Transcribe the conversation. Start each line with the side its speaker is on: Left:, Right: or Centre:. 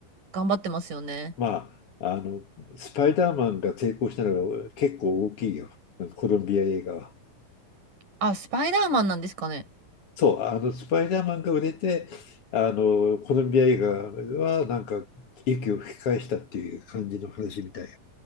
Right: 頑張ってますよね。
Left: まあ、あの、スパイダーマンが成功したのが結構大きいよ。コロンビア映画は。
Right: あ、スパイダーマンなんですかね。
Left: そう、あの、スパイダーマンが売れて、あの、コロンビア映画はなんか息を吹き返したっていう感じの話みたいよ。